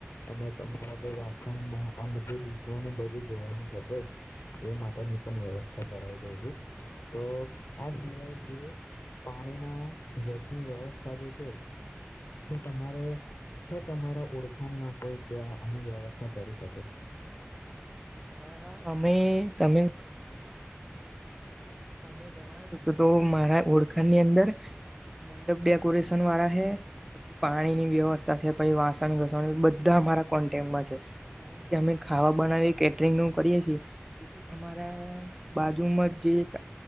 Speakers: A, on the left; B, in the centre.
A: અને તમારા જે વાસણ આ બધીડીસોને બધું જોવાનું થશે. એ માટેની પણ વ્યવસ્થા કરાવી દઉં છું, તો આ સિવાય જે પાણીના જગની વ્યવસ્થા જે છે. તે તમારે છે તમારા ઓળખાણમાં કોઈ કે્યાં આની વ્યવસ્થા કરી શકે?
B: હા હા અમે તમે તમે જણાવ્યું કે તો મારા ઓળખાણની અંદર મંડપ ડેકોરેશન વાળા છે પછી પાણીની વ્યવસ્થા છે પછી વાસણ ઘસણ બધા અમારા કોન્ટેમાં છે કારણ કે અમે ખાવા બનાવી કેટરિંગનું કરીએ છીએ તેથી અમારા બાજુમાં જે એક અ